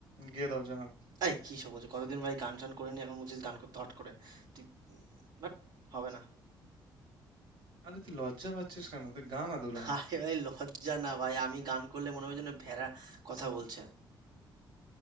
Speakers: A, on the right; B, on the right.
A: গেয়ে দাও জানাব
B: এই কি সব বলছে কতদিন ভাই গান শান করে নি এখন বলছিস গান করতে হট করে তুই বাট হবে না
A: আরে তুই লজ্জা পাচ্ছিস কেন তুই গান আদু লাইন
B: আরে ভাই লজ্জা না ভাই আমি গান করলে মনে হবে যেন ভেড়া কথা বলছে